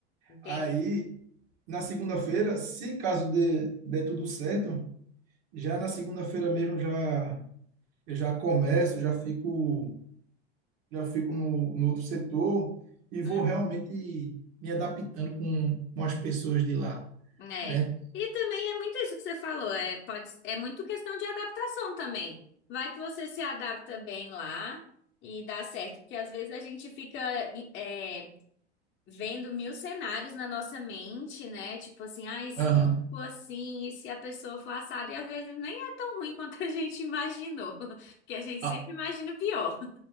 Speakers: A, on the left; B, on the right.
A: entendi.
B: Aí na segunda-feira, se caso dê, dê tudo certo, já na segunda-feira mesmo já eu já começo, já fico já fico no, no outro setor e
A: Uhum.
B: vou realmente me adaptando com, com as pessoas de lá,
A: É.
B: né?
A: E também é muito isso que você falou, é, pode, é muito questão de adaptação também. Vai que você se adapta bem lá e dá certo, porque às vezes a gente fica é, vendo mil cenários na nossa mente, né? Tipo assim, ah, e se
B: Aham.
A: for assim, e se a pessoa for assada, e às vezes nem é tão ruim <laughs> quanto a gente imaginou, <laughs> porque a gente
B: Ah,
A: sempre imagina o pior.